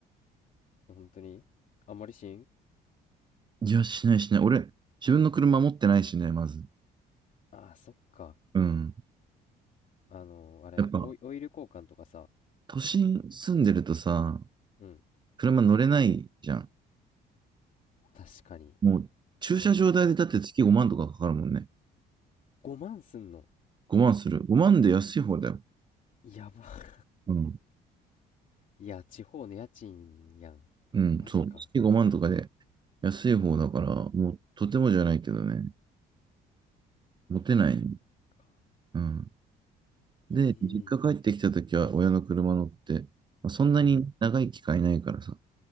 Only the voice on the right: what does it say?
いや、しないしない。俺、自分の車持ってないしね、まず。
うん。
やっぱ、
都心住んでるとさ、
車乗れないじゃん。
もう、駐車場代でだって月5万とかかかるもんね。
5万する。5万で安い方だよ。
うん。
うん、
そう。月5万とかで安い方だから、もう、とてもじゃないけどね。持てない。
うん。で、
実家帰ってきたときは親の車乗って、まあ、そんなに長い機会ないからさ、